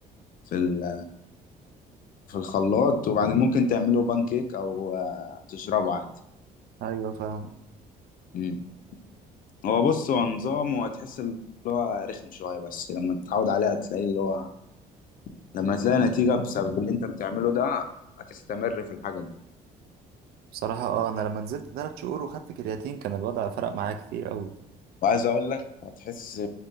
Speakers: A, on the left; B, on the right.
A: في ال- في الخلاط وبعدين ممكن تعمله بان كيك او آه، تشربه عادي
B: ايوه فاهم
A: مم. هو بص هو نظام وهتحس ان هو رخم شويه بس لما تتعود عليه هتلاقي اللي هو لما تلاقي نتيجه بسبب اللي انت بتعمله ده هتستمر في الحاجه دي
B: بصراحه اه انا لما نزلت ثلاث شهور وخدت كرياتين كان الوضع فرق معايا كتير قوي
A: وعايز اقول لك هتحس